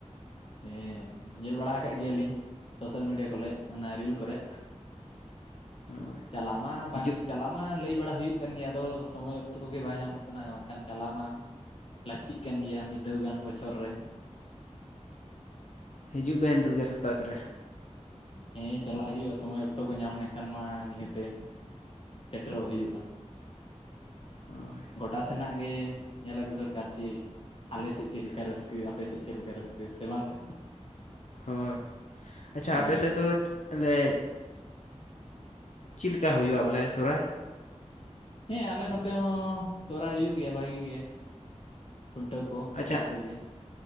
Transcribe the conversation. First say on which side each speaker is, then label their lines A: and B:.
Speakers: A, on the left; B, on the left.
A: ᱦᱮᱸ ᱧᱮᱞ ᱵᱟᱲᱟ ᱠᱟᱜ ᱜᱮᱭᱟᱞᱤᱧ᱾ ᱥᱳᱥᱟᱞ ᱢᱤᱰᱤᱭᱟ ᱠᱚᱨᱮ ᱚᱱᱟ ᱨᱤᱞ ᱠᱚᱨᱮ
B: ᱦᱳᱭ
A: ᱪᱟᱞᱟᱜ ᱢᱟ
B: ᱦᱤᱡᱩᱜ
A: ᱵᱟᱝ ᱪᱟᱞᱟ ᱢᱟ ᱞᱟᱹᱭ ᱵᱟᱲᱟ ᱦᱩᱭᱩᱜ ᱠᱟᱱ ᱜᱮᱭᱟ ᱟᱫᱚ ᱥᱚᱢᱚᱭ ᱚᱠᱛᱚ ᱠᱚᱜᱮ ᱵᱟᱭ ᱧᱟᱢᱚᱜ ᱠᱟᱱᱟ ᱵᱟᱝᱠᱷᱟᱱ ᱪᱟᱞᱟᱣ ᱢᱟ ᱞᱟᱹᱠᱛᱤᱜ ᱠᱟᱱ ᱜᱮᱭᱟ ᱢᱤᱫ ᱫᱷᱷᱟᱣ ᱜᱟᱱ ᱵᱚᱪᱷᱚᱨ ᱨᱮ᱾
B: ᱦᱤᱡᱩᱜ ᱵᱮᱱ ᱫᱩ ᱦᱟᱡᱟᱨ ᱥᱟᱛᱟᱥ ᱨᱮ᱾
A: ᱦᱮᱸ ᱪᱟᱞᱟᱜ ᱦᱩᱭᱩᱜᱼᱟ ᱥᱚᱢᱚᱭ ᱚᱠᱛᱚ ᱠᱚ ᱧᱟᱢ ᱞᱮᱱᱠᱷᱟᱱ ᱢᱟ ᱱᱤᱦᱟᱹᱛᱮ ᱥᱮᱴᱮᱨᱚᱜ ᱦᱩᱭᱩᱜᱼᱟ᱾
B: ᱦᱚᱭ᱾
A: ᱜᱚᱴᱟ ᱥᱮᱱᱟᱜ ᱜᱮ ᱧᱮᱞ ᱟᱹᱜᱩ ᱫᱚᱨᱠᱟᱨ ᱪᱮᱫ᱾ ᱟᱞᱮ ᱥᱮᱫ ᱪᱮᱫ ᱞᱮᱠᱟ ᱨᱟᱹᱥᱠᱟᱹ ᱟᱯᱮ ᱥᱮᱫ ᱪᱮᱫ ᱞᱮᱠᱟ ᱨᱟᱹᱥᱠᱟᱹ ᱥᱮ ᱵᱟᱝᱛᱮ᱾
B: ᱦᱳᱭ ᱟᱪᱪᱷᱟ
A: ᱦᱮᱸ
B: ᱟᱯᱮ ᱥᱮᱜ ᱫᱚ ᱞᱮ ᱪᱮᱫ ᱞᱮᱠᱟ ᱦᱩᱭᱩᱜᱼᱟ ᱵᱚᱞᱮ ᱥᱚᱦᱨᱟᱭ?
A: ᱦᱮᱸ ᱟᱞᱮ ᱱᱚᱛᱮ ᱦᱚᱸ ᱥᱚᱦᱨᱟᱭ ᱦᱩᱭᱩᱜ ᱜᱮᱭᱟ ᱵᱷᱟᱜᱤ ᱜᱮ ᱠᱷᱩᱱᱴᱟᱹᱣ ᱠᱚ
B: ᱟᱪᱪᱷᱟ
A: ᱨᱟᱹᱥᱠᱟᱹ ᱜᱮ᱾